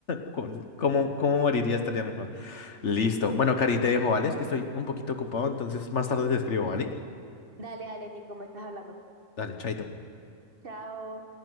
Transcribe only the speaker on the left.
con- ¿Cómo, cómo moriría? Estaría mejor. Listo. Bueno, Cari, te dejo, ¿vale? Es que estoy un poquito ocupado, entonces más tarde te escribo, ¿vale?
Dale, chaito.